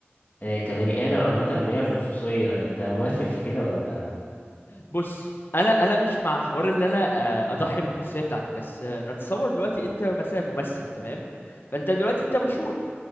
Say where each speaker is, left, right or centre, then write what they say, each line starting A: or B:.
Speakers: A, on the left (about 40°); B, on the left (about 55°).
A: آه، كبني ادم عامة اللي هي الخصوصية انت موافق في كده ولا
B: بص انا انا مش مع حوار ان انا آه، اضحي بالخصوصيه بتاعتي بس آه، نتصور دلوقتي انت مثلا ممثل تمام فانت دلوقتي انت مشهور